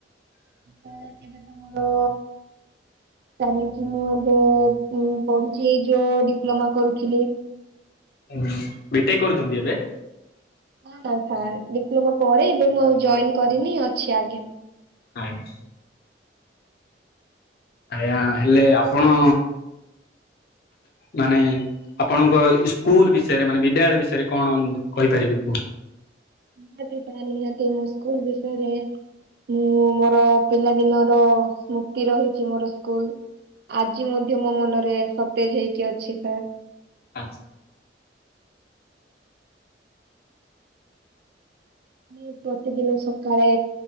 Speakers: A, on the right; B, on the left.
A: ମାନେ ଏବେ ତ ମୋର ଚାଲିଛି ମୁଁ ଏବେ ଉଁ ପଢୁଛି ଏଇ ଯୋଉ ଡିପ୍ଲୋମା କରୁଥିଲି।
B: ଉଁ ବିଟେକ୍ କରୁଛନ୍ତି ଏବେ?
A: <unintelligible> ଡିପ୍ଲୋମା ପରେ ଏବେ ମୁଁ ଆଉ ଜଏନ କରିନି ଅଛି ଆଜ୍ଞା।
B: ଆଜ୍ଞା। ଆଜ୍ଞା ହେଲେ ଆପଣ ମାନେ ଆପଣଙ୍କ ସ୍କୁଲ ବିଷୟରେ ମାନେ ବିଦ୍ୟାଳୟ ବିଷୟରେ କଣ କହିପାରିବେ କୁହ।
A: <unintelligible> ସ୍କୁଲ ବିଷୟରେ ମୁଁ ମୋର ପିଲାଦିନର ସ୍ମୃତି ରହିଛି ମୋର ସ୍କୁଲ। ଆଜି ମଧ୍ୟ ମୋ ମନରେ ସତେଜ ହେଇକି ଅଛି ସାର୍।
B: ଆଚ୍ଛା।
A: <unintelligible> ପ୍ରତିଦିନ ସକାଳେ